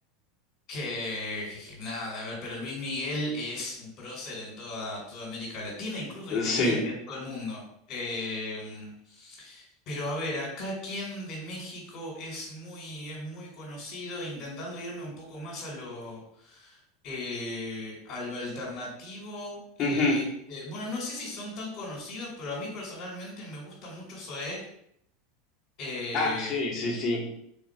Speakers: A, on the left (about 50°); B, on the left (about 35°).
A: que que nada, a ver, pero Luis Miguel es un prócer en toda, toda América Latina, incluso
B: <laughs>
A: y te
B: sí.
A: diría que en todo el mundo. Em, pero a ver, acá quien de México es muy, es muy conocido, intentando irme un poco más a lo eh, a lo alternativo. eh,
B: Ujú.
A: eh, bueno, no sé si son tan conocidos, pero a mí personalmente me gusta mucho Zoé. eh,
B: Ah, sí, sí,
A: este,
B: sí.